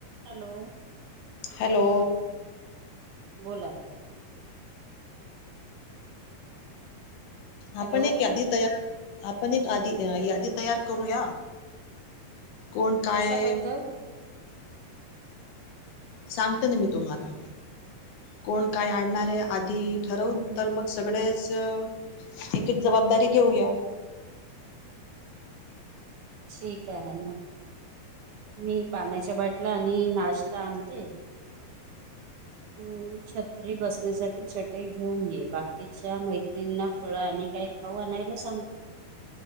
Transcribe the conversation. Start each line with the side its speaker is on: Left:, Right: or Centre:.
Right: हॅलो!
Left: हॅलो!
Right: बोला! हॅलो
Left: आपण एक यादी तयार, आपण एक आदी यादी तयार करूया. कोण काय?
Right: कशाबद्दल
Left: सांगते ना मी तुम्हाला कोण काय आणणार हेया. आधी ठरवून तर मग सगडेच एक एक जबाबदारी घेऊया.
Right: ठीक आहे ना म मी पाण्याच्या बाटल्या, आणि नाश्ता आणते. तू छत्री बसण्यासाठी चटई घेऊन ये बाकीच्या मैत्रीणीना फळ आणि काही खाऊ आणायला सांगू.